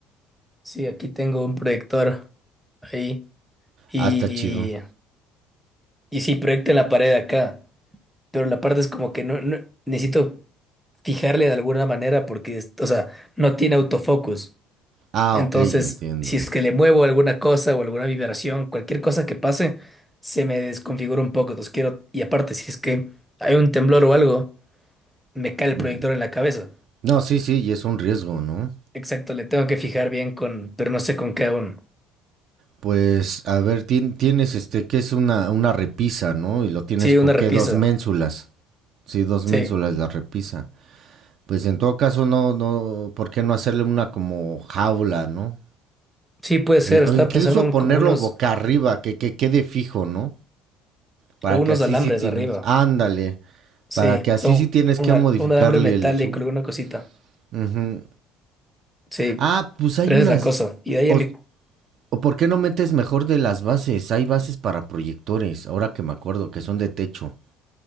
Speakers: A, in the centre; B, on the right (about 50°).
A: Sí, aquí tengo un proyector ahí. Y,
B: Ah, está chido.
A: y, sí, proyecta en la pared de acá. Pero la parte es como que no, no- necesito fijarle de alguna manera porque, es- o sea, no tiene autofocus.
B: Ah,
A: Entonces,
B: ok, entiendo.
A: si es que le muevo alguna cosa o alguna vibración, cualquier cosa que pase, se me desconfigura un poco. Entonces quiero, y aparte, si es que hay un temblor o algo, me cae el
B: Mm.
A: proyector en la cabeza.
B: No, sí, sí, y es un riesgo, ¿no?
A: Exacto, le tengo que fijar bien con, pero no sé con qué aún.
B: Pues, a ver, tien- tienes este, que es una, una repisa, ¿no? Y lo tienes
A: Sí,
B: con
A: una
B: qué,
A: repisa.
B: dos ménsulas. Sí, dos
A: Sí,
B: ménsulas la repisa. Pues en todo caso, no, no, ¿por qué no hacerle una como jaula, no?
A: sí puede ser.
B: Eh,
A: Estaba
B: o incluso
A: pensando en como
B: ponerlo
A: unos,
B: boca arriba, que, que quede fijo, ¿no? Para
A: o
B: que
A: unos
B: así
A: alambres
B: sí tienes,
A: arriba.
B: ándale,
A: Sí,
B: para que así
A: son
B: sí tienes
A: un,
B: que
A: al-
B: modificarle
A: un alambre metálico,
B: el zoom.
A: alguna cosita.
B: Ujú.
A: Sí,
B: Ah, pues hay
A: pero
B: unas,
A: esa es la cosa. Y de ahí
B: o,
A: a mi...
B: o ¿por qué no metes mejor de las bases? Hay bases para proyectores, ahora que me acuerdo, que son de techo.